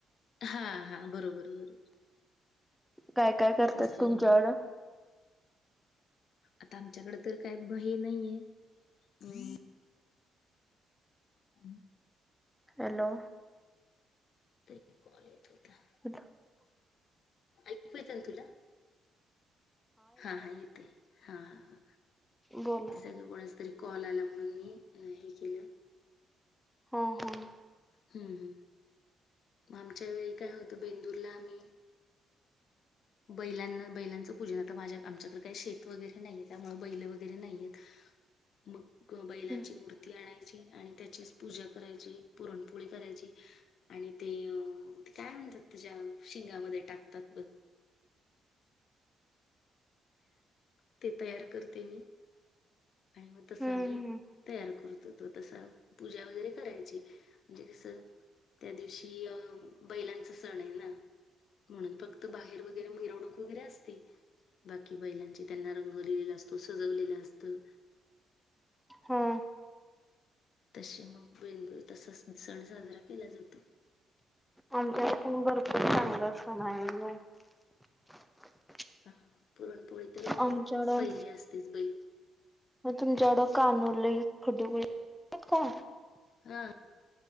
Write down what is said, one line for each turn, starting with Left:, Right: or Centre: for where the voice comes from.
Left: हा हा बरोबर बरोबर.
Centre: काय काय करतात
Left: तसा
Centre: तुमच्याकडं?
Left: बन आता आमच्याकडे तर काय ब हे नाहीये अम <inaudible>
Centre: हॅलो
Left: ते एक कॉल येत होता
Centre: <unintelligible>
Left: ऐकू येतंय न तुला? हा हा येते, हा हा
Centre: बोला
Left: सग कोणाचं तरी कॉल आला म्हणून मी, हे केलं
Centre: हो हो
Left: हम्म हम्, मग आमच्या वेळी काय होतं बेंदूरला आम्ही बैलांना बैलांचं पूजन आता माझ्या आमच्याकडे काही शेत वगैरे नाहीय त्यामुळे बैलं वगैरे नाहीएत. मग बैलाची
Centre: हम्म
Left: मूर्ती आणाय ची आणि त्याचीच पूजा करायची, पुरणपोळी करायची आणि ते काय म्ह आ त्याच्या शिंगामध्ये टाकतात ब ते तयार करते मी. आणि मग तसं
Centre: हम्म
Left: आम्ही,
Centre: हम्म
Left: तयार कर तो तसं, पूजा वगैरे करायची म्हणजे कसं त्या दिवशी अ बैलांचा सण आहे ना ना म्हणून फक्त बाहेर वगैरे मिरवणूक वगैरे असते. बाकी बैलांचे त्यांना रंग दिलेला असतो, सजवलेलं असतं.
Centre: हम
Left: तसे मग बेंद तसा स सण साजरा केला जातो.
Centre: आमच्याकडं पण भरपूर चांगलं सण <unintelligible>
Left: हा पुरणपोळी तर,
Centre: आमच्याकडं
Left: पहिली असतेच बै
Centre: मग तुमच्याकडं कानूले <unintelligible> का?
Left: हा हा